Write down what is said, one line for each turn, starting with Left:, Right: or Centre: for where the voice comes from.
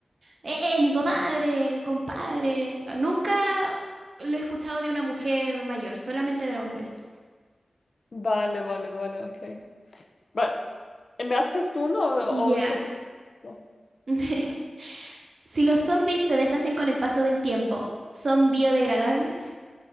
Right: eh, mi comadre, compadre. Nunca lo he escuchado de una mujer mayor, solamente de hombres.
Left: Vale, vale, vale, ok. Vale. ¿Me haces tú uno
Right: Ya.
Left: o o te pregunto?
Right: <laughs> Si los zombies se deshacen con el paso del tiempo, ¿son biodegradables?